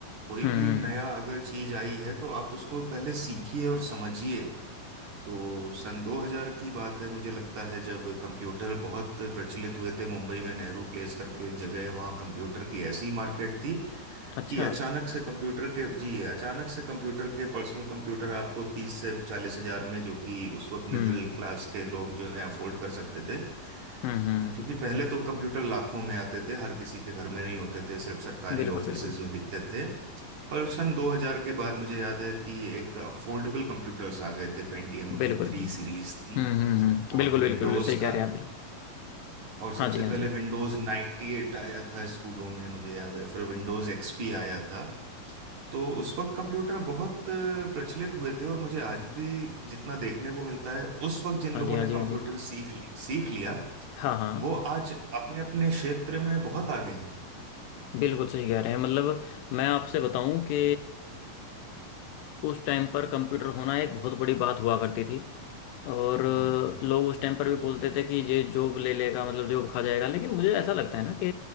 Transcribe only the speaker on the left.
हम्म
हम्म।
अच्छा
हम्म
हम्म हम्म
बिल्कुल
बिल्कुल
बिल्कुल
बिल्कुल
हम्म हम्म हम्म बिल्कुल
बिल्कुल बिल्कुल सही कह
रहे हैं आप बिल्कुल
हाँ जी हाँ
जी
हाँ
जी हाँ
जी
हाँ जी
हाँ हाँ
बिल्कुल सही कह रहे हैं मतलब मैं आपसे बताऊं कि उस टाइम पर कंप्यूटर होना एक बहुत बड़ी बात हुआ करती थी और अ,
लोग उस टाइम पर भी बोलते थे कि ये जॉब ले लेगा मतलब जॉब खा जाएगा लेकिन मुझे ऐसा लगता है ना कि